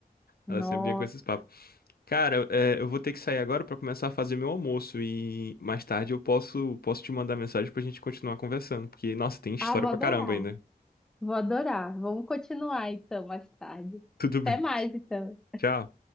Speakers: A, in the centre; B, on the left.
A: Nossa,
B: Ela sempre vinha com esses papos. Cara, é, eu vou ter que sair agora pra começar a fazer meu almoço. E mais tarde eu posso, posso te mandar mensagem pra gente continuar conversando. Porque, nossa, tem história
A: ah, vou
B: pra
A: adorar,
B: caramba ainda.
A: vou adorar. Vamos continuar então mais tarde.
B: Tudo bem.
A: Até mais então.
B: Tchau.